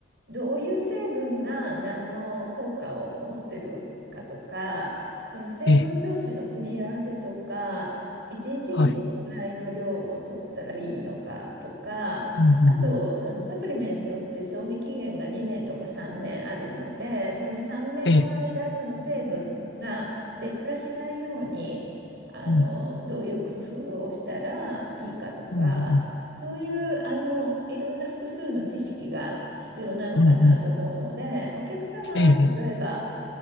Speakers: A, on the right; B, on the left.
A: どういう成分が何の効果を持ってるかとか、その成分同士の組み合わせとか、
B: ええ。
A: 一日にちにどのぐらいの量を取ったらいいのかとか、
B: はい。うん、
A: あと、
B: うん、うん。
A: そのサプリメントって賞味期限が2年とか3年あるので、その3年の間、
B: ええ。
A: その成分が劣化しないように、あの、
B: うん、
A: どういう工夫をしたらいいかとか、
B: うん、うん。
A: そういう、あの、いろんな複数の知識が必要なのかなと思うので、
B: うん、うん。
A: お客様、
B: ええ。
A: 例えば、